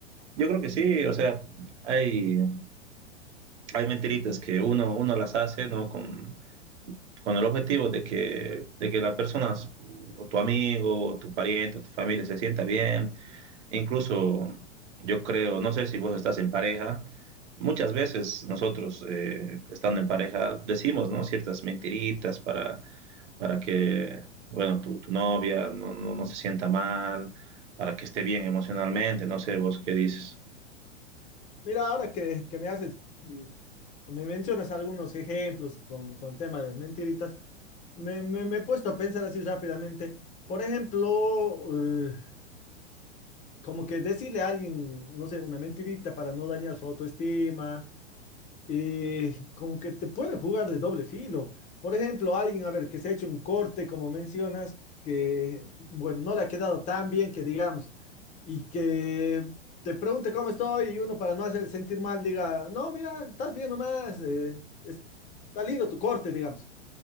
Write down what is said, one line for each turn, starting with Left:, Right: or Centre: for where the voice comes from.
Right: Yo creo que sí, o sea, hay, hay mentiritas que uno, uno las hace, ¿no? Con, con el objetivo de que, de que la persona, o tu amigo, o tu pariente, o tu familia se sienta bien, Incluso yo creo, no sé si vos estás en pareja, muchas veces nosotros eh, estando en pareja decimos ¿no? ciertas mentiritas para, para que bueno, tu, tu novia no, no, no se sienta mal, para que esté bien emocionalmente, no sé vos qué dices.
Left: Mira, ahora que, que me haces, mm, me mencionas algunos ejemplos con, con el tema de las mentiritas, me, me me he puesto a pensar así rápidamente. Por ejemplo, eh, como que decirle a alguien, no sé, una mentirita para no dañar su autoestima, eh, como que te puede jugar de doble filo. Por ejemplo, alguien, a ver, que se ha hecho un corte, como mencionas, que, bueno, no le ha quedado tan bien que digamos, y que te pregunte cómo estoy y uno para no hacer sentir mal diga, no, mira, estás bien nomás, eh, es- está lindo tu corte, digamos.